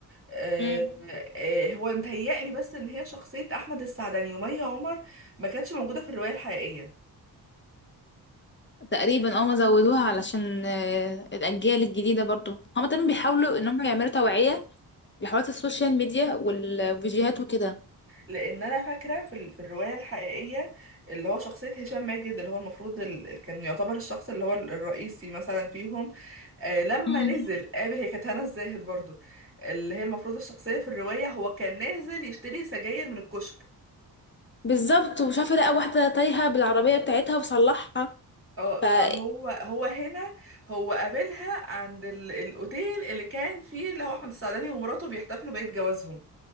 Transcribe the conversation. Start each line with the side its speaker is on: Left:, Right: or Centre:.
Right: آه...
Left: مم.
Right: آه... آه، هو متهيألي بس ان هي شخصيه احمد السعدني ومي عمر ما كانتش موجوده في الروايه الحقيقيه
Left: تقريبا اه ما زودوها علشان آه، الاجيال الجديده برضو هما تمام بيحاولوا ان هم يعملوا توعيه لحوارات السوشيال ميديا والفيديوهات وكده
Right: لان انا فاكره في ال- في الروايه الحقيقيه اللي هو شخصيه هشام ماجد اللي هو المفروض ال- ال- كان يعتبر الشخص اللي هو ال- الرئيسي مثلا فيهم آه لما
Left: مم.
Right: نزل قابل هي كانت هنا الزاهد برضو اللي هي المفروض الشخصيه في الروايه هو كان نازل يشتري سجاير من الكشك
Left: بالظبط وشافت لقى واحده تايهه بالعربيه بتاعتها وصلحها
Right: اه
Left: ف
Right: فهو
Left: اه
Right: هو هنا هو قابلها عند ال- الاوتيل اللي كان فيه اللي هو احمد السعداني ومراته بيحتفلوا بعيد جوازهم